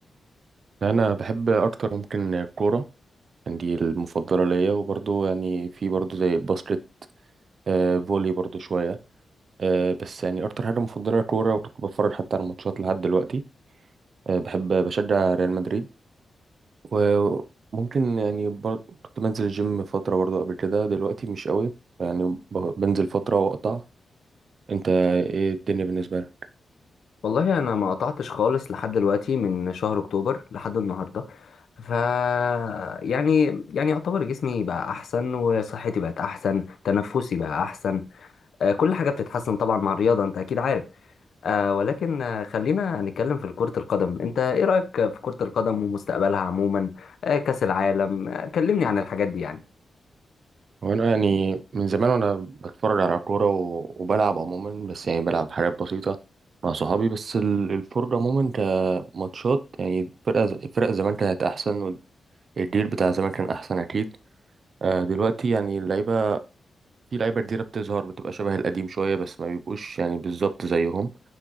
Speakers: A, on the right; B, on the left.
A: انا بحب اكتر ممكن الكوره يعني دي المفضله ليا وبرضو يعني في برضو زي الباسكت آه فولي برضو شويه آه بس يعني اكتر حاجه مفضله الكوره وكنت بتفرج حتى على الماتشات لحد دلوقتي آه بحب بشجع ريال مدريد وممكن يعني بر... كنت بنزل الجيم فتره برضو قبل كده دلوقتي مش قوي يعني ب- بنزل فتره واقطع انت ايه الدنيا بالنسبه لك
B: والله انا ما قطعتش خالص لحد دلوقتي من شهر اكتوبر لحد النهارده ف يعني يعني يعتبر جسمي بقى احسن وصحتي بقت احسن تنفسي بقى احسن آه، كل حاجه بتتحسن طبعا مع الرياضه انت اكيد عارف آه، ولكن آه، خلينا نتكلم في كره القدم انت ايه رايك في كره القدم ومستقبلها عموما آه، كاس العالم آه، كلمني عن الحاجات دي يعني
A: هو انا يعني من زمان وانا بتفرج على كوره و- وبلعب عموما بس يعني بلعب حاجات بسيطه مع صحابي بس ال- الفرجه عموما كماتشات يعني الفرقه ز- الفرق زمان كانت احسن والجيل بتاع زمان كان احسن اكيد آه، دلوقتي يعني اللعيبه في لعيبه جديده بتظهر بتبقى شبه القديم شويه بس ما بيبقوش يعني بالظبط زيهم